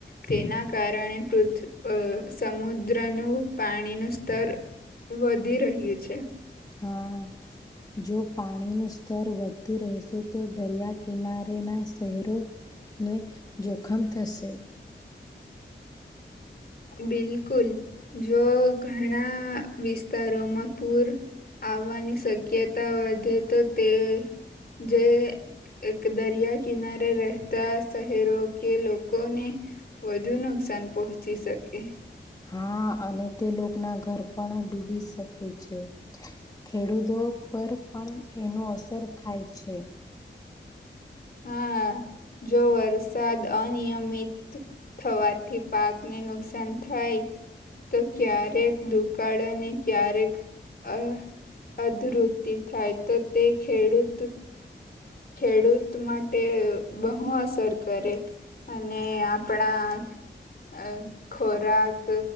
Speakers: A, on the left (about 50°); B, on the left (about 20°).
A: તેના કારણે પૃથ્ સમુદ્રનું પાણીનું સ્તર વધી રહ્યું છે
B: હા જો પાણીનું સ્તર વધુ રહેશે તો દરિયા કિનારે ના શહેરો ને જોખમ થશે
A: બિલકુલ જો ઘણા વિસ્તારોમાં પૂર આવવાની શક્યતા વધે તો તે જે એક દરિયા કિનારે રહેતા શહેરો કે લોકોને વધુ નુકસાન પહોંચી શકે
B: હા અને તે લોકો ના ઘર પણ ડૂબી શકે છે. ખેડૂતો પર પણ એનું અસર થાય છે.
A: હા જો વરસાદ અનિયમિત થવાથી પાકને નુકસાન થાય તો ક્યારેક દુકાળ અને ક્યારેક અ અધરુતિ થાય તો તે ખેડૂત ખેડૂત માટે બહુ અસર કરે અને આપણા અ ખોરાક